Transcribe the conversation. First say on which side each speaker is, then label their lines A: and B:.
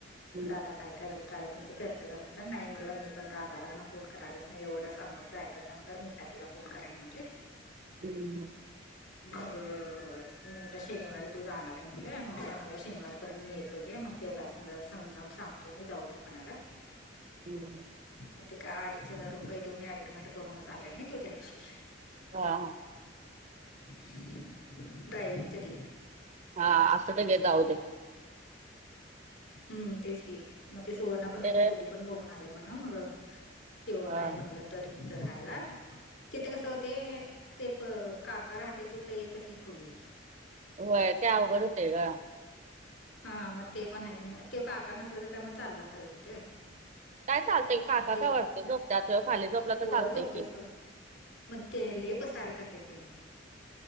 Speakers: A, on the left; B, on the right.
A: दादा
B: हम्म
A: काय कारण काय तुमच चर्चा <unintelligible> नाही म्हटलं मी पण रागारागा ने फोन करायला नाही एवढं सांगून पण ऐकत नाही म्हटल्यावर मी काय त्याला फोन कराय नाय म्हटले
B: हम्म.
A: <unintelligible> मी म्हटलं शनिवारी तू जाणार आहे म्हटलं मग म्हणाला शनिवारी पर्यंत मी येतो घे मग त्याला संग समजावून सांग तो नि जाऊ दे म्हणाला
B: हम्म.
A: मग ते का अडीच हजार रुपये देऊन एग्रीमेंट करूनच आले नाही तो त्या दिवशी
B: हा हा.
A: ड्रायव्हिंगचं ते
B: हा असलं तर घे जाऊ दे.
A: हम्म तेच कि मग ते सुवर्णा पण
B: ते
A: एक खोली पण बघून आले म्हणा मग त्यो
B: हा
A: नाही म्हणलं तरी तिथ राहायला, तिथे कस ते ते प काका राहते तिथं एकच आहे खोली
B: व्हय ते अवघड होतंय ग
A: हा मग ते पण आहे ते काका नसलं तर काय मग चाललं असतं का तिथं
B: काय चालतय, काका
A: मग ते
B: काय वरती झोपतात, ह्यो खाली झोपलं
A: वर
B: तर चालतंय
A: झोपते
B: की
A: सोड मग ते लई पसारा करते तेनी